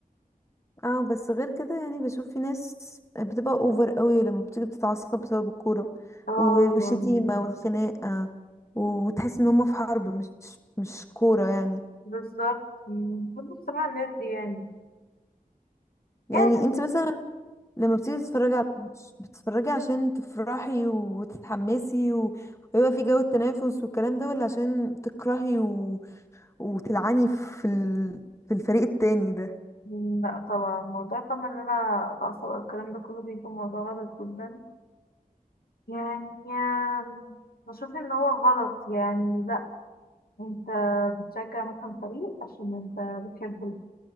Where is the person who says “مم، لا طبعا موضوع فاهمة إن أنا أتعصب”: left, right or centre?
Left